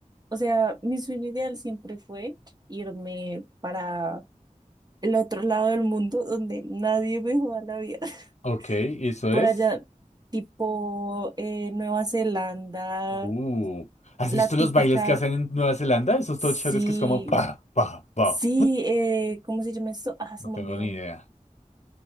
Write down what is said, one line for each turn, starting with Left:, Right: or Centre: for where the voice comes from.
Right: o sea, mi sueño ideal siempre fue irme para el otro lado del mundo donde nadie me joda la vida. <laughs>
Left: Ok, eso
Right: Por
Left: es.
Right: allá, tipo eh, Nueva Zelanda,
Left: Uh, ¿has
Right: la
Left: visto
Right: típica,
Left: los bailes que hacen en Nueva Zelanda? Esos
Right: sí.
Left: todos chéveres que es como pa, pa, pa.
Right: Sí, eh, ¿cómo se llama esto? Ah, se
Left: No
Right: me
Left: tengo
Right: olvidó.
Left: ni idea.